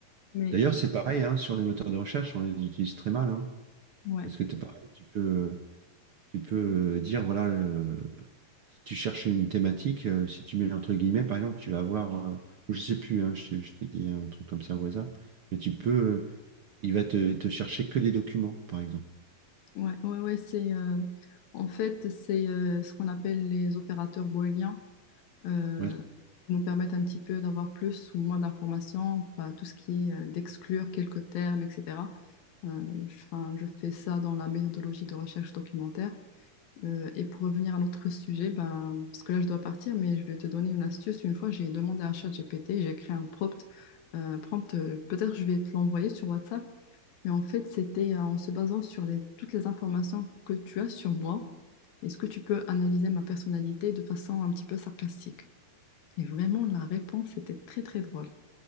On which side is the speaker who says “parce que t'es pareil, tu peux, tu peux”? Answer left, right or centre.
Right